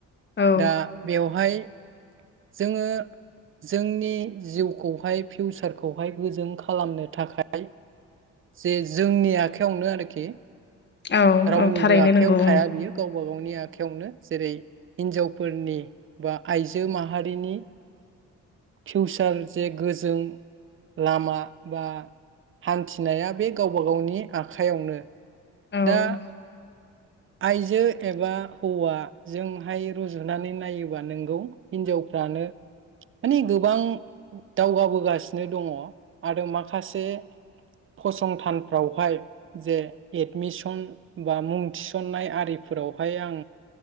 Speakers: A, on the left (about 35°); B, on the right (about 45°).
A: औ
B: दा बेवहाय जोङो जोंनि जिउखौहाय फिउसारखौहाय गोजोंन खालामनो थाखाय जे जोंनि आखायावनो आरोखि
A: औ
B: रावनिबो
A: थारैनो
B: आखायाव
A: नंगौ ओं
B: थाया बियो गावबा गावनि आखायावनो जेरै हिनजाव फोरनि बा आइजो माहारिनि फिउसार जे गोजों लामा बा हान्थिनाया बे गावबा गावनि आखाइयावनो
A: ओं
B: दा आइजो एबा हौवाजोंहाय रुजुनानै नायोबा नोंगौ हिनजावफ्रानो माने गोबां दावगाबोगासिनो दङ आरो माखासे फसंथानफ्रावहाय जे एडमिसन बा मुं थिसननाय आरिफोरावहाय आं